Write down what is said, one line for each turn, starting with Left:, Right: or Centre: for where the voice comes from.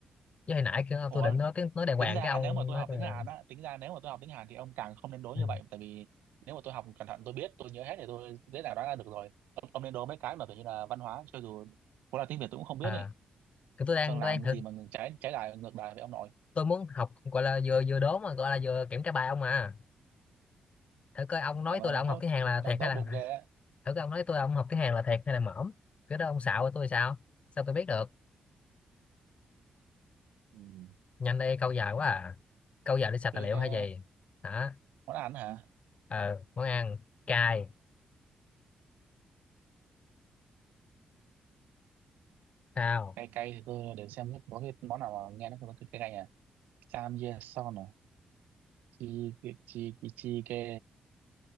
Left: chứ hồi nãy kêu
Right: Ủa,
Left: tôi định nói tiếng nói đàng hoàng
Right: tính ra
Left: cái ông
Right: nếu mà tôi
Left: nói
Right: học
Left: tôi
Right: tiếng
Left: là
Right: Hàn á, tính ra nếu mà tôi học tiếng Hàn thì ông càng không nên đố
Left: ừ.
Right: như vậy tại vì nếu mà tôi học cẩn thận tôi biết, tôi nhớ hết thì tôi dễ dàng đoán ra được rồi. Ông, ông nên đố mấy cái mà kiểu như là văn hóa cho dù có là tiếng Việt tôi cũng không biết
Left: à
Right: ý.
Left: cái tôi đang
Right: Sơn làm
Left: tôi đang thử
Right: cái gì mà trái trái lại ngược lại với ông nội
Left: tôi muốn học gọi là vừa vừa đố mà gọi là vừa kiểm tra bài ông mà thử coi ông nói
Right: làm ơn
Left: tôi là
Right: là
Left: ông học
Right: tốt
Left: tiếng Hàn là
Right: ông
Left: thiệt
Right: tốt
Left: hay là
Right: bụng ghê á
Left: <laughs> thử coi ông nói tôi là ông học tiếng Hàn là thiệt hay là mỏm cái đó ông xạo với tôi sao sao tôi biết được
Right: ừ.
Left: nhanh đây câu dài quá à câu dài để sạch
Right: cái
Left: tài liệu
Right: cái
Left: hay gì hả
Right: món ăn hả
Left: ờ món ăn cay sao
Right: cay cay thì tôi để xem có cái món nào mà nghe nó có cái cay cay à samgyeopsal à chi chi chi ke